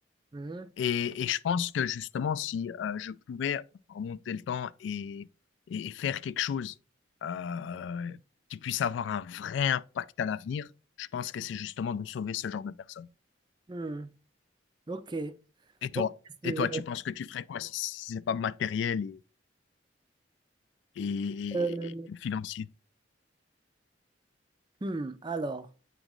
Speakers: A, on the right; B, on the left.
A: Mhm.
B: Et, et je pense que justement, si euh, je pouvais remonter le temps et, et- et faire quelque chose euh, qui puisse avoir un vrai impact à l'avenir, je pense que c'est justement de sauver ce genre de personnes.
A: Hmm. Ok.
B: Et toi?
A: Ok, c'est-
B: Et toi, tu penses que tu ferais quoi si si c'est pas matériel et, et-
A: euh,
B: et- et financier?
A: hmm, Alors,